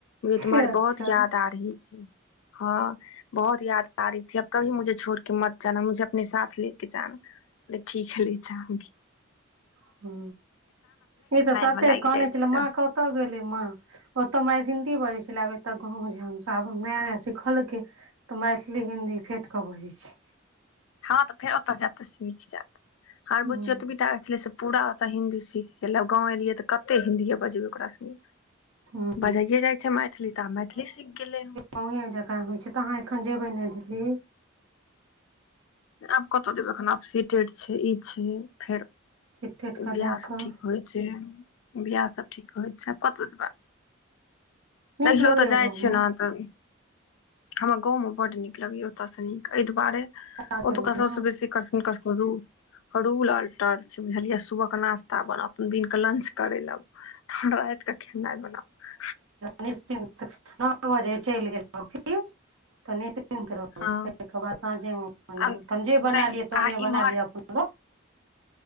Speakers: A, on the left (about 70°); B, on the right (about 80°).
A: ये तुम्हे
B: अच्छा
A: <unintelligible> बहुत याद आरही हैं। हँ बहुत याद आरही अब कभी मुझे छोड़ के मत जाना मुझे अपने साथ ले। <unintelligible> ले करजान ठीक है ले जाउगी। <unintelligible>
B: ह ई तऽ तते
A: मे लागि
B: कनै
A: जाइ
B: छलै
A: छै तऽ
B: माँ कतऽ गेलै माँ। ओतऽ मैर हिन्दी बजै छलै आब एतय गाँवमे झ हमस नया नया सिखलकै। तऽ मैथिली हिन्दी फेँट कऽ बजै छै
A: हँ तऽ फेर ओतय जायत तऽ सीख जायत हमर
B: हूँ
A: बुच्ची ओतबीटा छलै। पूरा ओतय हिन्दी सीख गेलै आ गाँव एलियै तऽ कतेक हिन्दीए बजबै ओकरा से।
B: हूँ
A: बजाइए जाइ छै मैथिली तऽ आब मैथिली सीख गेलै।
B: गाए जकाँ होइ छै तऽ अहाँ एखन जेबै न दिल्ली।
A: आब कत जेबै एखन आब सीटेड छै ई छै फेर
B: सिफ्टेड कऽ
A: बियाह
B: दए
A: सब
B: कऽ
A: ठीक। होइ छै बिआह सब ठीक होइ छै कतऽ जेबै।
B: नीक
A: तहियो
B: लगैया
A: तऽ जाइ
B: गाँवमे
A: छियै ने तऽ। हमरा गाँव में बड नीक लगेया ओतय से नीक एहि दुआरे
B: सासुरमे
A: ओतुका सबसे बेसी। कसन कसन रुम रूल अल्टर छै बुझलिये सुबह के नाास्ता बनाथुन दिन के लंच करैल रायत के खेनाइ बनाऊ
B: निश्चित नओ बजे चैल गेल ऑफिस तऽ नि सु रहू
A: हँ
B: ताहिके बाद साँझेमे बनाव
A: आ
B: तहन जे बना
A: नहि
B: लिय तहने
A: आ
B: बना
A: इम्हर
B: लियअ अपन ल